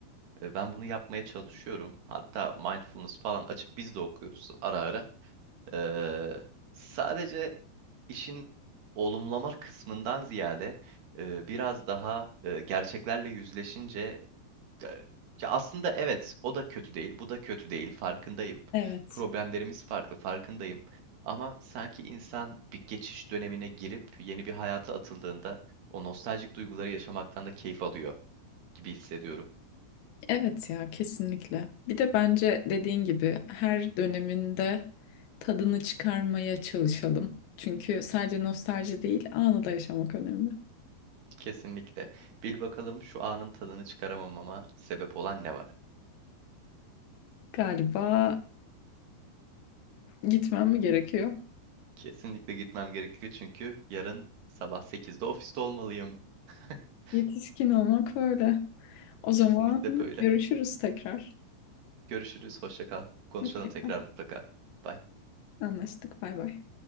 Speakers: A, on the right (about 65°); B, on the left (about 80°).
A: E, Ben bunu yapmaya çalışıyorum. Hatta mindfulness falan açıp biz de okuyoruz ara ara. Ee, sadece işin olumlama kısmından ziyade e, biraz daha e, gerçeklerle yüzleşince ya ya aslında evet, o da kötü değil, bu da kötü değil, farkındayım.
B: Evet.
A: Problemlerimiz farklı, farkındayım. Ama sanki insan bir geçiş dönemine girip yeni bir hayata atıldığında o nostaljik duyguları yaşamaktan da keyif alıyor gibi hissediyorum.
B: Evet ya kesinlikle. Bir de bence dediğin gibi her döneminde tadını çıkarmaya çalışalım. Çünkü sadece nostalji değil, anı da yaşamak önemli.
A: Kesinlikle. Bil bakalım şu anın tadını çıkaramamama sebep olan ne var?
B: Galiba gitmem mi gerekiyor?
A: Kesinlikle gitmem gerekiyor çünkü yarın sabah sekizde ofiste olmalıyım. <laughs>
B: Yetişkin olmak böyle. O zaman
A: Kesinlikle böyle.
B: görüşürüz tekrar.
A: Görüşürüz, hoşça kal. Konuşalım
B: Hoşça
A: tekrar
B: kal.
A: mutlaka. Bye.
B: Anlaştık. Bay bay.